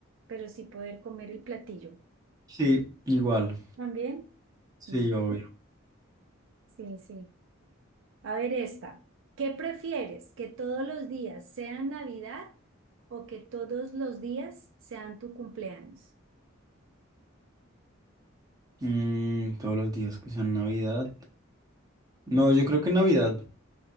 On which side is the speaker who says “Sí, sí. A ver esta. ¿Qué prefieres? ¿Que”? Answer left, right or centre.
Right